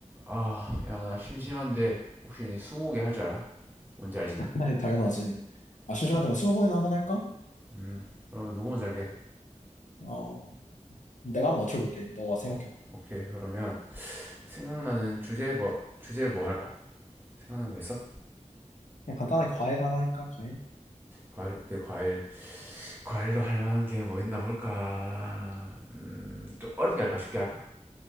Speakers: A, on the right; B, on the left.
A: 아, 야, 나 심심한데 혹시 니 스무고개 할 줄 알아? 뭔지 알지?
B: 아니, 당연하지. 아,
A: 스무.
B: 심심한데 뭐 스무고개나 한번 할까?
A: 음, 그러면 누구 먼저 할게?
B: 어, 내가 한번 맞춰볼게. 너가 생각해봐.
A: 어, 오케이. 그러면 생각나는 주제 뭐 주제 뭐 할까? 생각난 거 있어?
B: 그냥 간단하게 과일 하나 할까? 과일?
A: 과일, 오케이, 과일. 과일로 할 만한 게 뭐 있나 볼까? 음, 좀 어렵게 할까? 쉽게 할까?